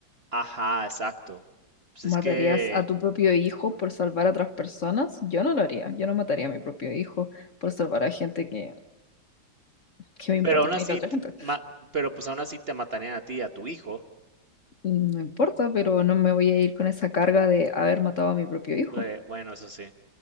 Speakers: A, on the right; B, on the left.
A: Ajá, exacto. Pues
B: ¿Matarías
A: es que
B: a tu propio hijo por salvar a otras personas? Yo no lo haría. Yo no mataría a mi propio hijo por salvar a gente que, que me importa
A: Pero aún
B: a
A: así,
B: mí la otra
A: te
B: gente.
A: ma pero, pues, aún así te matarían a ti y a tu hijo.
B: No importa, pero no me voy a ir con esa carga de haber matado a mi propio hijo.
A: Bue bueno, eso sí,